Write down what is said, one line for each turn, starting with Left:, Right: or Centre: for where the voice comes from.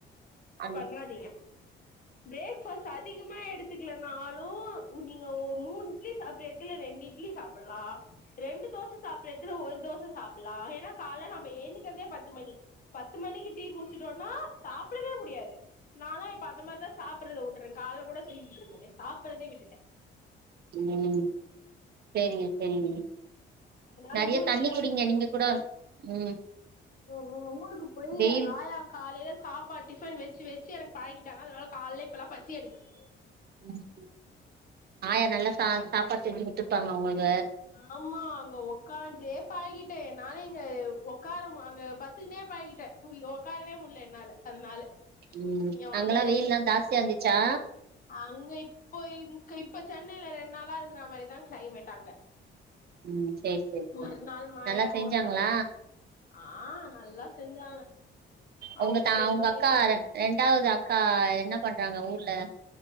Right: அந்த
Left: <unintelligible> பிரேக் ஃபாஸ்ட் அதிகமா எடுத் ஒத்துக்குல நாளும் நீங்க ஒ மூணு இட்லி சாப்ற எடத்துல ரெண்டு இட்லி சாப்ல்லா ரெண்டு தோச சாப்ற எடத்துல ஒரு தோச சாப்ல்லா ஏன்னா காலைல நம்ப ஏந்திக்கற்தே பத்து மணி பத்து மணிக்கு டீ குடிச்சிடோம்னா சாப்டவே முடியாது நா லா இப்ப அந்த மாரி தா சாப் சாப்றத உட்ற கால்ல கூட சொல்லிகிட் இருந்தனே சாப்றதே விட்டுட்டே
Right: ம் செரிங்க செரிங்க
Left: அதனால
Right: நெறைய
Left: ஊருக்கு
Right: தண்ணி
Left: போய்
Right: குடிங்க நீங்க கூட ம்
Left: ஊ ஊ ஊருக்கு போய்
Right: வெயில்
Left: எங்க ஆயா காலைல சாப்பாட் டிஃபன் வெச்சு வெச்சு எனக் பழக்கிட்டாங்க அதனால கால்லே இப்பெல்லா பசி எடுக்குது
Right: ம் ம் ஆயா நல்லா சா சாப்பாட் செஞ்சு குத்ருப்பாங்க உங்ளுக்கே
Left: ஆமா அங்க ஒக்காஞ்சே பழகிட்ட நானே இங்க ஒக்காரம் அங்க பத்துன்னே பழகிட்ட இங்கே ஒக்காரவே முடில என்னால அதனால
Right: ம்
Left: இங்க வந்ததுல
Right: அங்கெல்லா வெயில்லா
Left: இருந்து
Right: தாஸ்தியா இருந்துச்சா
Left: அங்க இப்போ இங் இப்ப சென்னைல ரெண் நாளா இருக்கற மாரிதா க்ளைமெட் அங்க
Right: ம் சேரி சேரி
Left: ஒரு நாள் மழ
Right: நல்லா செஞ்சாங்களா
Left: ஒரு நாள் வெயில் ஆ நல்லா செஞ்சாங்க
Right: உங்க
Left: அவங்களுக்கு
Right: த
Left: தெரிஞ்சது
Right: உங்க அக்கா
Left: வரைக்கு
Right: ரெண் ரெண்டாவது அக்கா என்ன பண்றாங்க ஊர்ல